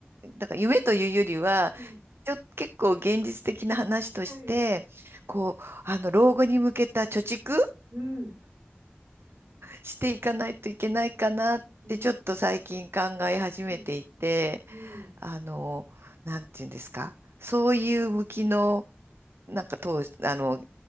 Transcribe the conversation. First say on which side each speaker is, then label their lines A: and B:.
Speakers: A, on the right; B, on the right.
A: だから夢というよりは、
B: うん、
A: ちょっと結構現実的な話として、
B: はい。
A: こう、あの、老後に向けた貯蓄
B: うん、
A: していかないといけないかなってちょっと最近考え始めていて、
B: うん、うん、うん、
A: あの、なんていうんですか、そういう向きの、なんか当、あの、